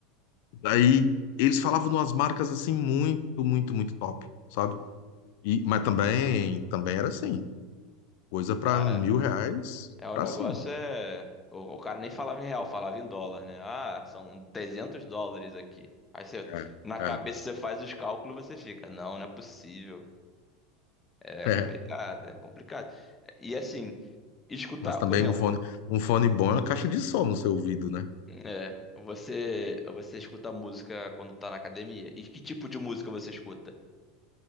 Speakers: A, on the left; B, on the left.
A: Daí eles falavam de umas marcas assim muito, muito, muito top, sabe? E, mas também, também era assim, coisa para
B: é,
A: mil reais
B: é o
A: pra
B: negócio
A: cima.
B: é, o, o cara nem falava em real, falava em dólar, né? Ah, são 300 dólares aqui. Aí você,
A: É,
B: na cabeça
A: é.
B: você faz os cálculos, você fica, não, não é possível. É
A: <laughs>
B: complicado, é complicado. E assim, escutar,
A: Mas também
B: por exemplo,
A: um fone, um fone bom é uma caixa de som no seu ouvido, né?
B: É, você você escuta música quando tá na academia? E que tipo de música você escuta?